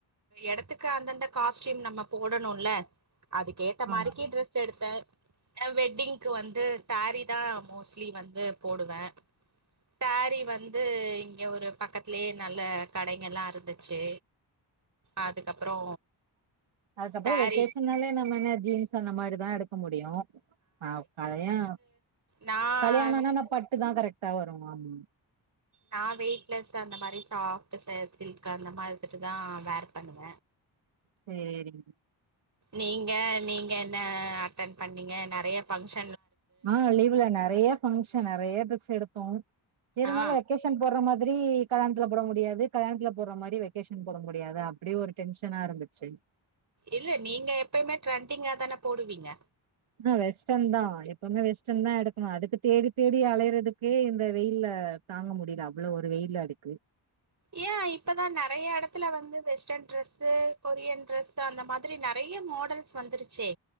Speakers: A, on the right (about 35°); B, on the right (about 75°).
A: எடத்துக் க்கு அந்தந்த காஸ்டியூம் நம்ம போ போடனுல்ல அதுக்கேத்த மாரிக்கு
B: ஆமா
A: டிரஸ் எடுத்தே எ வெட்டிங்க்கு வந்து சேரி தா மோஸ்ட்லி வந்து போடுவே சேரீ வந்து இங்க ஒரு பக்கத்தலயே நல்ல கடைங் எல்லா இருந்துச்சி அதுக்கப்பறோ
B: அதுக்கப்றோ
A: சேரி
B: <inaudible> ஜீன்ஸ் அந்த மாரிதா எடுக்க முடியு ஆ கல்யாண
A: நா
B: கல்யாணன்னா
A: வந்து
B: என்ன பட்டு தா கரெக்ட் தவறுமாம்
A: நா வெயிட்லெஸ் அந்த மாரி சாப்ட்டு செயர் சில்க் அந்த மாரிதிட்டு தா வேர் பண்ணுவ
B: சேரி
A: நீங்க நீங்க நீங்கன் ன்ன அட்டன் பண்ணீங்க நெறையா பங்க்ஷ
B: ஆ லீவ்ல நெறையா ஃபங்ஷன் நெறையா டிரெஸ் எடுத்தோ இருந்தாலு
A: ஆ
B: வெக்கேஷன் போட்ற மா இதிலி கல்யாண்த்ல போட முடியாது கல்யாண்த்ல போட்ற மாரி வெக்கேஷன் போட முடியாது அப்டி ஒரு டென்ஷனா இருந்துச்சு
A: இல்ல நீங்க எப்பய்மே ட்ரெண்டிங்கா தான போடுவீங்க
B: ஆ வெஸ்டர்ன் தா எப்பவுமே வெஸ்டர்ன் தா எடுக்கணு அதுக்குத் தேடித் தேடியே அலயறதுக்கே இந்த வெயில்ல தாங்க முடியல அவ்ளோ ஒரு வெயிலாடுக்கு
A: ஏ இப்பதா நெறையா எடத்துல வந்து வெஸ்டர்ன் டிரெஸ்ஸு கொரியன் டிரெஸ்ஸு அந்த மாதிரி நெறையா மாடல்ஸ் வந்துருச்சே